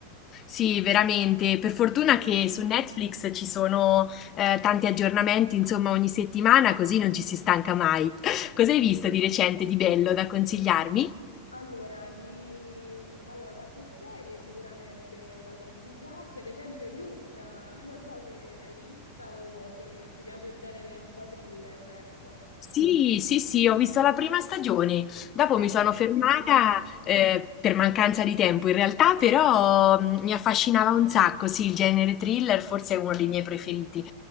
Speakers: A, on the left; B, on the left.
A: Sì, veramente. Per fortuna che su Netflix ci sono eh, tanti aggiornamenti, insomma, ogni settimana, così non ci si stanca mai. <laughs> Cosa hai visto di recente di bello da consigliarmi?
B: Allora, di... allora, qualche serie sicuramente da consigliarti, ad esempio You, eh, <laughs> non so se l'hai vista o se ti piace il genere un po' thriller, ecco.
A: Sì, sì, sì, ho visto la prima stagione, dopo
B: Ah,
A: mi sono
B: beh,
A: fermata eh, per mancanza di tempo in realtà, però mm, mi affascinava un sacco, sì, il genere thriller forse è uno dei miei preferiti